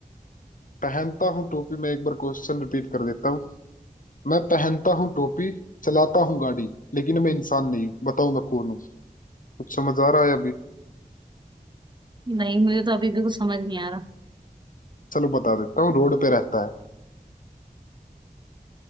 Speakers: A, on the left (about 60°); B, on the right (about 30°).
A: पहनता हूँ टोपी मैं एक बार क्वेश्चन रिपीट कर देता हूँ मैं पहनता हूँ टोपी चलाता हूँ गाड़ी लेकिन मैं इंसान नहीं हूँ बताओ मैं कौन हूँ कुछ समझ आ रहा है अभी
B: नहीं मुझे तो अभी भी कुछ समझ नहीं आ रहा
A: चलो बता देता हूँ रोड पे रहता है